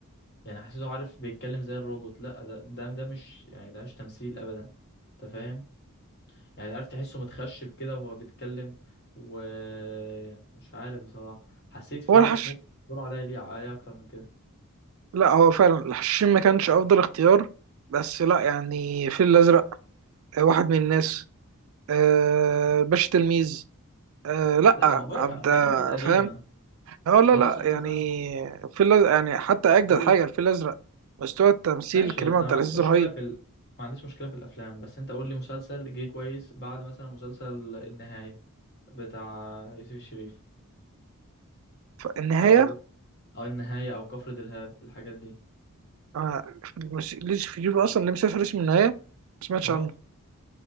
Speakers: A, on the left; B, on the right.
A: يعني حسيته عارف بيتكلم زي الروبوت لأ ده ده, ده مش يعني ده مش تمثيل أبدا أنت فاهم يعني عارف تحسه متخشب كده وهو بيتكلم ومش عارف بصراحة حسيت في
B: هو الحش
A: ناس ممكن يدوروا عليا ليه عليا أكتر من كده
B: لا هو فعلا الحشاشين ما كانش افضل اختيار بس لا يعني الفيل الازرق آه، واحد من الناس آه، باشا تلميذ آه، لا
A: لا ما هو بقى-
B: عبد آه،
A: هي دي حاجات قديمة
B: فاهم اه لا
A: أنا
B: لا
A: أقصد
B: يعني
A: مثلا
B: الفيل الازرق يعني حتى اجدد
A: قول
B: حاجه الفيل الازرق مستوى التمثيل
A: ماشي
B: كريم
A: أنا
B: عبد
A: ما
B: العزيز
A: عنديش مشكلة
B: رهيب
A: في ال... ما عنديش مشكلة في الأفلام بس أنت قول لي مسلسل جه كويس بعد مثلا مسلسل النهاية بتاع يوسف الشريف
B: النهايه
A: أو أو النهاية أو كفر دلهاب الحاجات دي
B: آه، مش ليش في جيبه اصلا ليه مسافر اسم النهايه ما سمعتش
A: أه
B: عنه